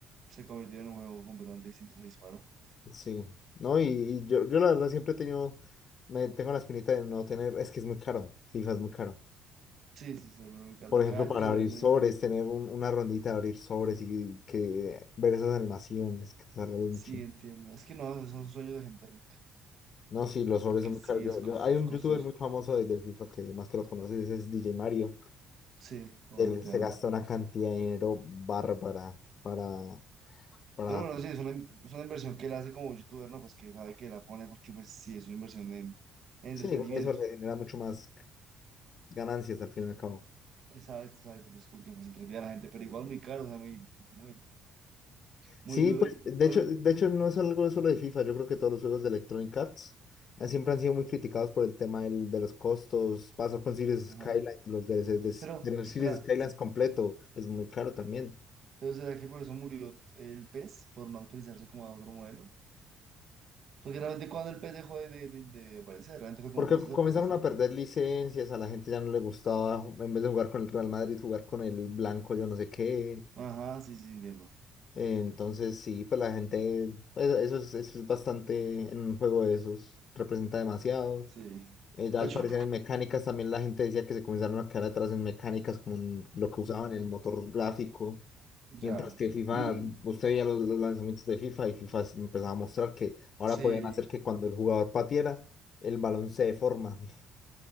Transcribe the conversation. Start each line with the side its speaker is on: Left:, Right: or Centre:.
Right: se convirtió en un juego completamente distinto, se disparó.
Left: Sí. No, y, y yo, yo la verdad siempre he tenido, me tengo la espinita de no tener, es que es muy caro. FIFA es muy caro.
Right: Sí, sí, se volvió muy caro.
Left: Por
Right: Y
Left: ejemplo,
Right: cada año
Left: para
Right: se vuelve.
Left: abrir sobres, tener un- una rondita de abrir sobres y que ver esas animaciones que te salga de un
Right: Sí,
Left: chin.
Right: entiendo. Es que no, son sueños de gente rica,
Left: No, sí, los sobres
Right: porque
Left: son muy
Right: sí
Left: caros. Yo,
Right: es costoso,
Left: yo, hay un
Right: costoso.
Left: youtuber muy famoso de, de FIFA que más que lo conoces, ese es DJ Mario.
Right: Sí, obvio,
Left: Él
Right: claro.
Left: se gasta una cantidad de dinero bárbara para, para,
Right: Pero bueno, sí, es una, es una inversión que él hace como youtuber, ¿no? Pues que sabe que la pone porque, pues sí, es una inversión en, en entretenimiento.
Left: sí, igual eso le genera mucho más. Ganancias al fin y al cabo.
Right: Exacto, exacto, pues porque pues entretiene a la gente, pero igual muy caro, o sea, muy, muy, muy
Left: Sí,
Right: duro.
Left: pues
Right: y
Left: de
Right: Igual,
Left: hecho, de hecho no es algo solo de FIFA, yo creo que todos los juegos de Electronic Arts ah, siempre han sido muy criticados por el tema del- de los costos. Pasó con Series
Right: ajá.
Left: Skylines, los DLCs de,
Right: Pero,
Left: tener
Right: ¿será?
Left: Series Skylines completo es muy caro también.
Right: entonces será que por eso murió el pez, por no actualizarse como a otro modelo. Porque realmente cuando el pez dejó de, de, de- de aparecer, realmente fue como
Left: Porque
Right: por esas
Left: comenzaron
Right: épocas, ¿no?
Left: a perder licencias, a la gente ya no le gustaba, en vez de jugar con el Real Madrid, jugar con el blanco, yo no sé qué.
Right: Ajá, sí, sí, entiendo.
Left: Entonces sí, pues la gente, pues, eso es, eso es bastante en un juego de esos, representa demasiado.
Right: Sí.
Left: Eh, ya
Right: De
Left: al
Right: hecho,
Left: parecer en mecánicas también la gente decía que se comenzaron a quedar atrás en mecánicas como en lo que usaban el motor gráfico,
Right: ya.
Left: mientras que FIFA,
Right: Y-
Left: usted veía los, los lanzamientos de FIFA y FIFA s- empezaba a mostrar que ahora
Right: sí,
Left: podían hacer que cuando el jugador patiera, el balón se deforma <laughs>